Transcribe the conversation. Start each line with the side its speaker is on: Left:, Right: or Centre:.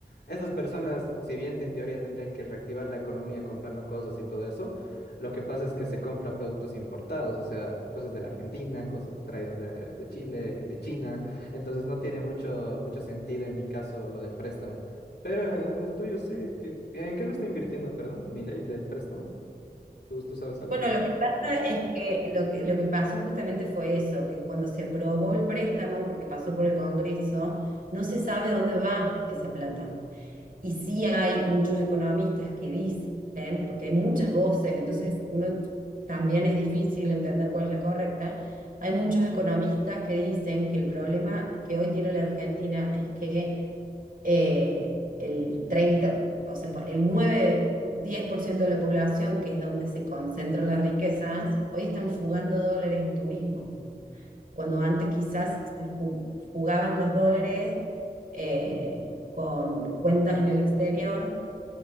Left: Estas personas, si bien en teoría tendrían que reactivar la economía comprando cosas y todo eso, lo que pasa es que se compra productos importados, o sea, cosas de la Argentina, cosas traídas de, de Chile, de China. Entonces no tiene mucho, mucho sentido en mi caso lo del préstamo. Pero en el tuyo sí. ¿qué- ¿En qué lo está invirtiendo, perdón? ¿Milei, el préstamo? ¿Tú, tú sabes algo?
Right: Bueno, lo que pasa es que lo que, lo que pasó justamente fue eso, que cuando se aprobó el préstamo, porque pasó por el Congreso, no se sabe dónde va esa plata. Y sí hay muchos economistas que dicen, porque hay muchas voces, entonces uno también es difícil entender cuál es la correcta, hay muchos economistas que dicen que el problema que hoy tiene la Argentina es que eh, el treinta o sea, por- el nueve-diez por ciento de la población, que es donde se concentran las riquezas, hoy están fugando dólares en turismo, cuando antes quizás se fu- fugaban los dólares eh, con cuentas en el exterior,